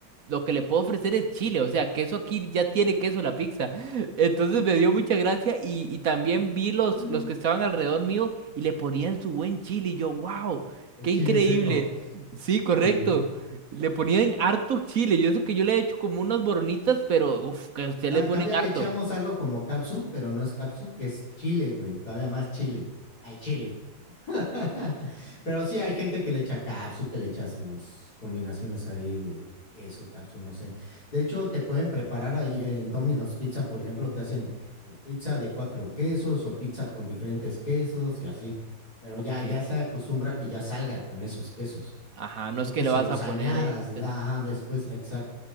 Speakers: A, on the right; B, on the left.
A: lo que le puedo ofrecer es chile, o sea, queso aquí ya tiene queso la pizza. <laughs> Entonces me dio mucha gracia y, y también vi los,
B: Mm,
A: los que estaban alrededor mío y le ponían su buen chile. Y yo, wow,
B: El
A: qué
B: chile
A: increíble.
B: seco,
A: Sí, correcto.
B: sí.
A: Le ponían harto chile. Yo eso que yo le he hecho como unas boronitas, pero uf, que a usted
B: Ay,
A: le ponen
B: todavía
A: harto.
B: le echamos algo como capsu, pero no es capsu, que es chile, güey. Todavía más chile. Al chile. <laughs> Pero sí hay gente que le echa capsu, que le echa sus combinaciones ahí de queso, capsu, no sé. De hecho, te pueden preparar ahí en Domino's Pizza, por ejemplo, te hacen tu pizza de cuatro quesos o pizza con diferentes quesos y así. Pero
A: Ok.
B: ya, ya se acostumbra que ya salga con esos quesos.
A: Ajá, no
B: No
A: es
B: que
A: que
B: se
A: le vas
B: los
A: a poner
B: añadas,
A: extra.
B: ajá, después, exacto.